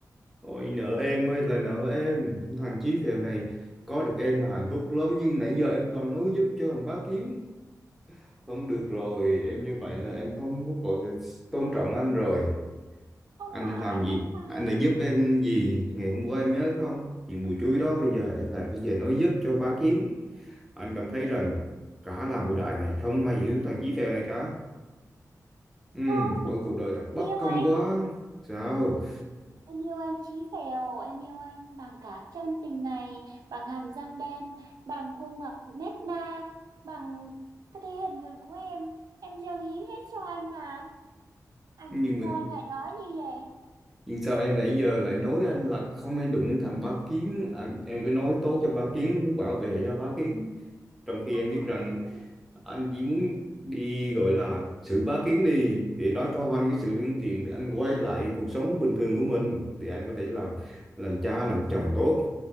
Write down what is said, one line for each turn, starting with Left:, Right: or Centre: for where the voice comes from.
Centre: ôi nợ em ơi là nợ em thằng Chí phèo này có được em là hạnh phúc lắm nhưng nãy giờ em toàn nói giúp cho thằng bác kiến không được rồi em như vậy là em không có còn được tôn trọng anh rồi
Right: không
Centre: anh
Right: phải
Centre: đã làm gì
Right: không phải
Centre: anh đã giúp em gì ngày hôm qua em nhớ không chuyện bùi chuối đó bây giờ em lại bây giờ nói giúp cho bá kiến anh cảm thấy rằng cả làng cổ đại này không ai hiểu thằng Chí Phèo này cả ừ
Right: không
Centre: ôi cuộc đời thật bất
Right: Điều
Centre: công
Right: anh
Centre: quá sao
Right: Em yêu anh chí phèo, em yêu anh bằng cả chân tình này, bằng hàm răng đen, bằng khuôn mặt nét na, bằng cái thể hình người của em. Em dâng hiến hết cho anh mà. Anh
Centre: nhưng mà
Right: sao anh lại nói như vậy?
Centre: nhưng sao em nãy giờ lại nói anh là không nên đụng đến thằng Bá Kiến anh, em cứ nói tốt cho Bá Kiến muốn bảo vệ cho Bá Kiến trong khi
Right: Không
Centre: em
Right: phải
Centre: biết rằng
Right: đâu.
Centre: anh chỉ muốn đi gọi là xử Bá Kiến đi để nó cho anh cái sự lương thiện để anh quay lại cuộc sống bình thường của mình để anh có thể làm làm cha làm chồng tốt